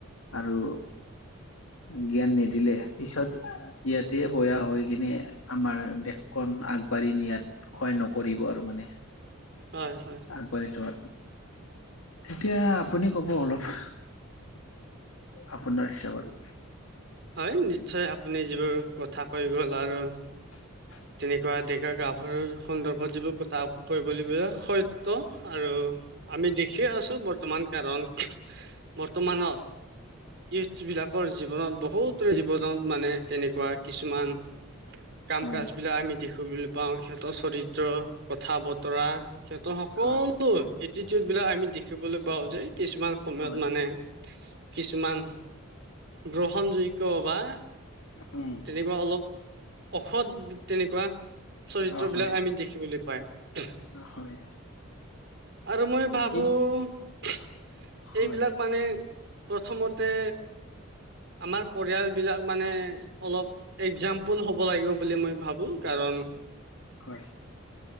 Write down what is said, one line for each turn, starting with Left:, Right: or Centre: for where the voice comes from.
Left: আৰু জ্ঞান নিদিলে পিছত ইয়াতে বয়া হৈ কিনে আমাৰ দেশখন আগবাঢ়ি নিয়াত ক্ষয় নকৰিব আৰু মানে।
Right: হয়। হয়
Left: আগবাঢ়ি যোৱাটো, এতিয়া আপুনি কব অলপ। আপোনাৰ হিচাপত।
Right: হয় নিশ্চয় আপুনি যিবোৰ কথা কৈ গ'ল আৰু
Left: <inaudible>
Right: তেনেকুৱা ডেকা গাভৰুৰ <unintelligible> সন্দৰ্ভত যিবোৰ কথা কৰিব লিব সত্য আৰু আমি দেখিয়ে আছো বৰ্তমান কাৰণ বৰ্তমানত ইউথ বিলাক জীৱনত বহুত জীৱনত মানে তেনেকুৱা কিছুমান কাম
Left: হয়
Right: কাজ বিলাক আমি দেখিবলৈ পাওঁ সিহঁতৰ চৰিত্ৰ কথা বতৰা সিহঁতৰ সকলো
Left: হয়
Right: এটিটিউড বিলাক আমি দেখিবলৈ পাওঁ যে কিছুমান সময়ত
Left: হয়,
Right: মানে কিছুমান গ্ৰহণযোগ্য বা
Left: উম।
Right: তেনেকুৱা অলপ অসৎ তেনেকুৱা চৰিত্ৰ
Left: অ',
Right: বিলাক
Left: হয়,
Right: আমি দেখিবলৈ পাই। <unintelligible>
Left: হয়,
Right: আৰু মই ভাবো
Left: এইবোৰ
Right: <unintelligible>
Left: হয়,
Right: এইবিলাক মানে প্ৰথমতে আমাৰ পৰিয়ালবিলাক মানে অলপ একজাম্পল হ'ব লাগিব বুলি মই ভাবো কাৰণ
Left: হয়।